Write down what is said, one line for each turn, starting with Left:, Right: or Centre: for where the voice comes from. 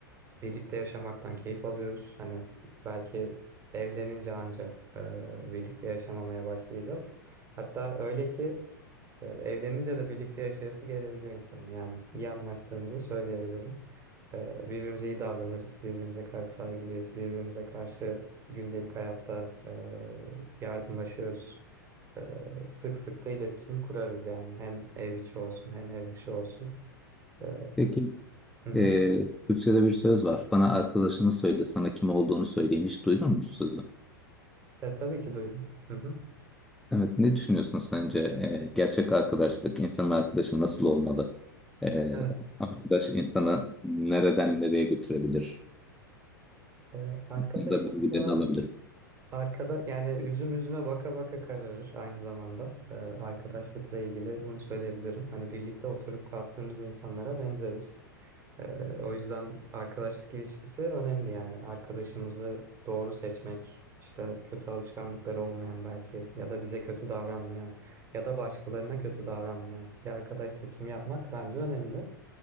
Right: birlikte yaşamaktan keyif alıyoruz. Hani belki evlenince anca e, birlikte yaşamamaya başlayacağız. Hatta öyle ki. Ee, Evlenince de birlikte yaşayası gelebiliyor insanın. Yani iyi anlaştığımızı söyleyebilirim. Ee, Birbirimize iyi davranırız, birbirimize karşı saygılıyız, birbirimize karşı gündelik hayatta e, yardımlaşıyoruz. Ee, Sık sık da iletişim kurarız yani. Hem ev içi olsun hem ev dışı olsun. Ee,
Centre: Peki
Right: hı hı.
Centre: eee Türkçe'de bir söz var. Bana arkadaşını söyle, sana kim olduğunu söyleyeyim. Hiç duydun mu bu sözü?
Right: E, tabii ki duydum. Hı hı.
Centre: Evet, ne düşünüyorsun sence? Eee, gerçek arkadaşlık, insanın arkadaşı nasıl olmalı? Eee,
Right: Evet.
Centre: arkadaş insanı nereden nereye götürebilir?
Right: Ee, arkadaş
Centre: Bunu da
Right: insanı
Centre: bilgilerini alabilirim.
Right: Arkada yani üzüm üzüme baka baka kararır aynı zamanda. Ee, arkadaşlıkla ilgili bunu söyleyebilirim. Hani birlikte oturup kalktığımız insanlara benzeriz. Ee, o yüzden arkadaşlık ilişkisi önemli yani. Arkadaşımızı doğru seçmek, işte kötü alışkanlıkları olmayan belki ya da bize kötü davranmayan ya da başkalarına kötü davranmayan bir arkadaş seçimi yapmak bence önemli.